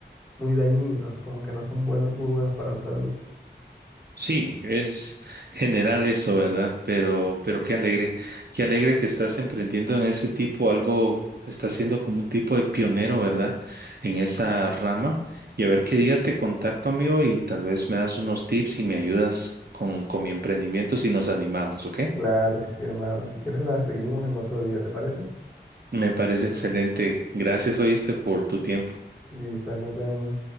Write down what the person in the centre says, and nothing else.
muy dañinos, como que no son buenos, muy buenos para la salud.
Claro que sí, hermano. Si quieres la seguimos en otro día, ¿te parece?
Listo, ahí nos vemos.